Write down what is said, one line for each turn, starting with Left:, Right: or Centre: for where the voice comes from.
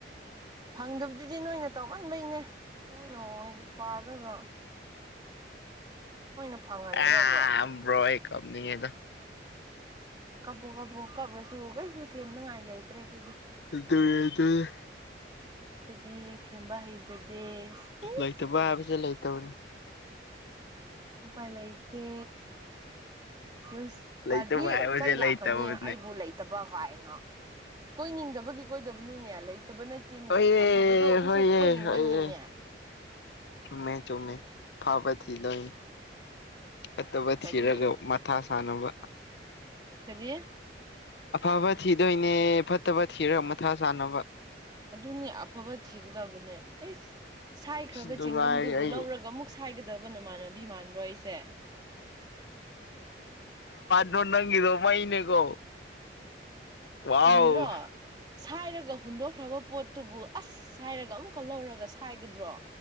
Right: ꯐꯪꯗꯕꯗꯨꯗꯤ ꯅꯣꯏꯅ ꯇꯧꯃꯟꯕꯩꯅꯦ ꯅꯣꯏ ꯂꯨꯄꯥꯗꯨꯒ ꯐꯪꯍꯟꯗ꯭ꯔꯕꯣ
Left: ꯑꯝ ꯕ꯭ꯔꯣ ꯑꯩ ꯀꯞꯅꯤꯡꯉꯦꯗ
Right: ꯀꯞꯄꯣ ꯀꯞꯄꯣ ꯀꯞꯂꯁꯨ ꯀꯩꯁꯨ ꯊꯦꯝꯅꯉꯥꯏ ꯂꯩꯇ꯭ꯔꯦ ꯑꯩꯈꯣꯏꯗꯤ
Left: <unintelligible>
Right: ꯑꯩꯗꯤ ꯊꯦꯝꯕ ꯍꯩꯖꯗꯦ ꯁꯤꯁ
Left: ꯂꯩꯇꯕ <unintelligible>
Right: ꯎꯄꯥꯥꯏ ꯂꯩꯇꯦ ꯅꯨꯡꯁꯤ
Left: ꯂꯩꯇꯕ
Right: ꯀꯔꯤ
Left: ꯍꯥꯏꯕꯁꯦ
Right: ꯆꯩ
Left: ꯂꯩꯇꯕꯅꯦ
Right: ꯂꯥꯛꯀꯅꯤ ꯑꯩꯕꯨ ꯂꯩꯇꯕ ꯀꯥꯏꯅ ꯀꯣꯏꯅꯤꯡꯗꯕꯒꯤ ꯀꯣꯏꯗꯕꯅꯤꯅꯦ ꯂꯩ ꯇꯕ ꯅꯠꯇꯦꯅꯦ
Left: ꯍꯣꯏꯌꯦ
Right: ꯑꯐꯕꯗꯣ ꯑꯩꯈꯣꯏꯁꯨ
Left: ꯍꯣꯏꯌꯦ
Right: ꯀꯣꯏꯅꯤꯡꯕꯩꯅꯤꯅꯦ
Left: ꯍꯣꯏꯌꯦ ꯆꯨꯝꯃꯦ ꯆꯨꯝꯃꯦ ꯐꯕ ꯊꯤꯗꯣꯏꯅꯤ ꯐꯠꯇꯕ
Right: ꯀꯔꯤ
Left: ꯊꯤꯔꯒ ꯃꯊꯥ ꯁꯥꯟꯅꯕ
Right: ꯀꯔꯤ
Left: ꯑꯐꯕ ꯊꯤꯗꯣꯏꯅꯦ ꯐꯠꯇꯕ ꯊꯤꯔ ꯃꯊꯥ ꯁꯥꯅꯕ
Right: ꯑꯗꯨꯅꯤ ꯑꯐꯕ ꯊꯤꯒꯗꯕꯅꯦ ꯑꯦꯁ ꯁꯥꯏꯈ꯭ꯔꯕ
Left: ꯑꯁ ꯑꯗꯨ
Right: ꯆꯤꯡꯒꯝꯗꯨꯕꯨ
Left: ꯉꯥꯏꯔꯦ ꯑꯩ
Right: ꯂꯧꯔꯒ ꯑꯃꯨꯛ ꯁꯥꯏꯒꯗꯕ ꯅꯃꯥꯟꯅ ꯕꯤꯃꯥꯟꯕ꯭ꯔꯣ ꯑꯩꯁꯦ
Left: ꯗꯣ ꯅꯪꯒꯤꯗꯣ ꯃꯩꯅꯤꯀꯣ ꯋꯥꯎ
Right: ꯆꯨꯝꯗ꯭ꯔꯣ ꯁꯥꯏꯔꯒ ꯍꯨꯟꯗꯣꯛꯈ꯭ꯔꯕ ꯄꯣꯠꯇꯨꯕꯨ ꯑꯁ ꯍꯥꯏꯔꯒ ꯑꯃꯨꯛꯀ ꯂꯧꯔꯒ ꯁꯥꯏꯒꯗ꯭ꯔꯣ